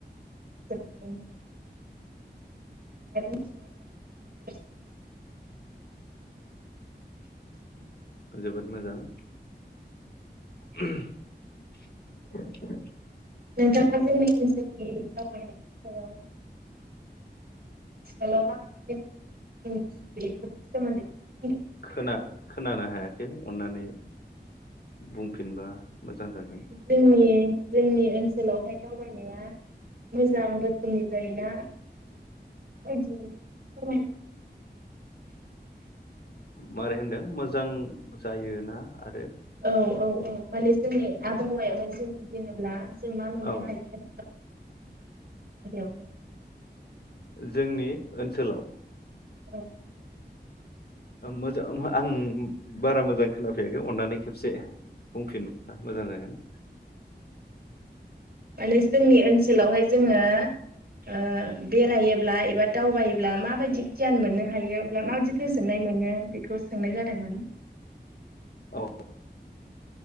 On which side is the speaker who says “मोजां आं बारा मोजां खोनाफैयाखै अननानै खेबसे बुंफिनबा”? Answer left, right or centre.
Left